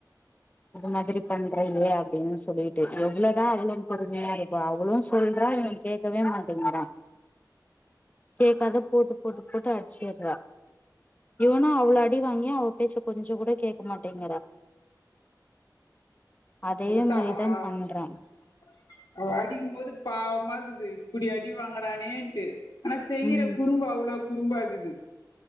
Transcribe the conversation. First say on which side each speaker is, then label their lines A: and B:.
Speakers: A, on the left (about 20°); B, on the left (about 75°).
A: அது மாதிரி பண்றிங்லே அப்பிடின்னு சொல்ட்டு எவ்ளௌதா அவளு பொறுமையா இருப்பா அவளு சொல்றா இவ கேக்கவே மாட்டங்ரா கேக்காத போட்டு போட்டு போட்டு அட்ச்சிட்றா இவனு அவ்ளோ அடி வாங்கியு அவ பேச்சே கொஞ்சோ கூட கேக்கே மாட்டேங்றா அதே
B: <unintelligible>
A: மாரிதா பண்றா
B: அவ அடிக்கும்போது பாவமா இருக்குது இப்டி அடி வாங்றானேன்ட்டு ஆனா செய்ற
A: ம்
B: குறும்பு அவ்ளோ குறும்பா இருக்குது